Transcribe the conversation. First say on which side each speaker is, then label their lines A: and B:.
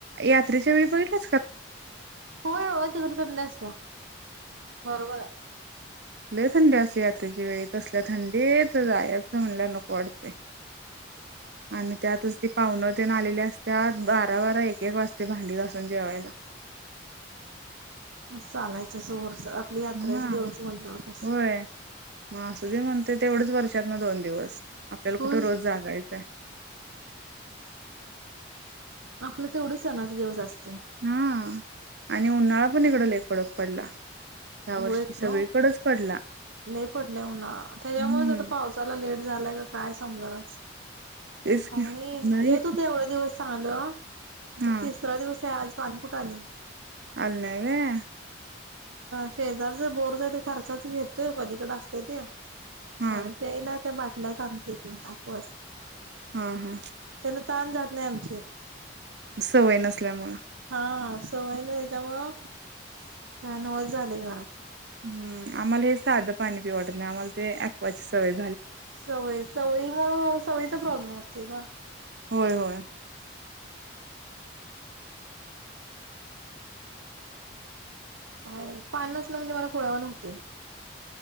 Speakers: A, on the right; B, on the right.
A: यात्रेच्या वेळी बघितलं.
B: होय, हो तिकड पडच त्या बरोबर आहे
A: ल थंड अस यात्रेच्या वेळी तसल्या थंडी. तेेत जाय असं म्हणल्या नको वाटते आणि त्यातच. ती पावन तेन आलेली असतत बारा बारा एक एक वाजते भांडी घासून जेवायला. <inaudible>
B: चालायचं अस वर् आपली यात्रेचा
A: हा
B: दिवस म्हटल्यावर तस.
A: होय मग असं जे म्हणतय तेवढंच वर्षात ना दोन दिवस आपल्याला
B: होय
A: कुठे रोज जागायचंय.
B: आपलं तेवढं सणाचा दिवस असत.
A: हा आणि उन्हाळा पण इकडं ले कड पडला. ह्या
B: होय
A: वर्षी सगळीकडेच
B: लले
A: पडला
B: पटले हो ना त्याच्यामुळे
A: हम्म
B: आता पावसाला लेट. झाला का काय समजनाच
A: तेच की
B: मी
A: नाही
B: येत होते एवढे दिवस. चांगलं आता
A: हा
B: तिसरा दिवस आहे आज पाणी कुठे आले.
A: आले नाही.
B: शेजारचा बोरचा ते खर्चाच घेतोय पलीकडे असते ते.
A: हा
B: आणि प्यायला त्या बाटल्या आणते ऐकवा च्या.
A: हा हा
B: तहान जात नाही आमची.
A: सवय नसल्यामुळें.
B: हा सवय ना त्याच्यामुळं काय करमना झालं घरात.
A: हम् आम्हाला हे साधं पाणी पिवटत नाही आम्हाला ते ऐकवा ची सवय आहे.
B: सवय सवय मुळासवयीचा प्रॉब्लेम असते पा.
A: होय, होय.
B: पाणी नसलं म्हणजे मला खुळ्या वाणी होतंय.